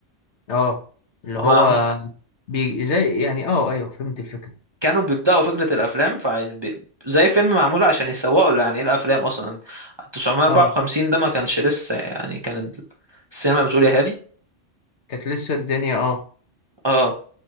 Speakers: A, on the left; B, on the right.
A: اه اللي هو
B: ما
A: بي زي يعني اه ايوه فهمت الفكرة
B: كانوا بيبدأوا فكرة الأفلام فعايز بي... زي فيلم معمول عشان يسوقوا له يعني إيه الأفلام أصلا 954
A: اه
B: ده ما كانش لسه يعني كانت السينما بتقول يا هادي
A: كانت لسه الدنيا اه
B: اه